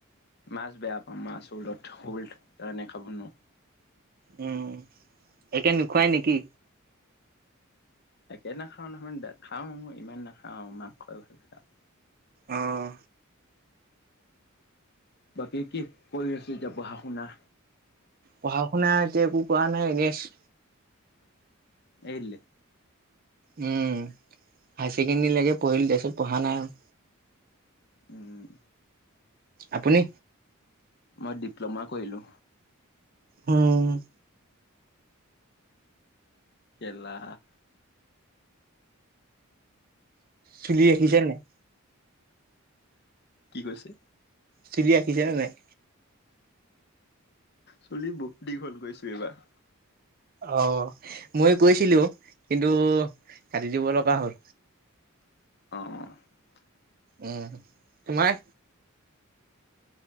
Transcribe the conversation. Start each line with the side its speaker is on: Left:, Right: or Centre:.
Left: মাছ বেয়া পাওঁ মাছ শলত শ'ল কাৰণে খাব নোৱাৰো।
Right: উম একে নোখুৱাই নেকি?
Left: একে নাখাওঁ নহয় খাওঁ ইমান নাখাওঁ মাংসই ভাল পাওঁ।
Right: অ'হ।
Left: বাকী কি কৰি আছে এতিয়া পঢ়া শুনা?
Right: পঢ়া শুনা এতিয়া একো কৰাোৱা নাই এনে আছো।
Left: এৰি দিলে?
Right: উম হাই ছেকেণ্ডৰী লৈকে পঢ়িলো তাৰ পিছত পঢ়া নাই আৰু।
Left: উম।
Right: আপুনি?
Left: মই ডিপ্ল'মা কৰিলো।
Right: অ'।
Left: কে লা।
Right: চুলি ৰাখিছেনে নাই?
Left: কি কৈছে?
Right: চুলি ৰাখিছেনে নাই?
Left: চুলি বহুত দীঘল কৰিছোঁ এইবাৰ।
Right: অ' মই কৈছিলো কিন্তু কাটি দিব লগা হ'ল।
Left: অ'হ।
Right: উম তোমাৰ?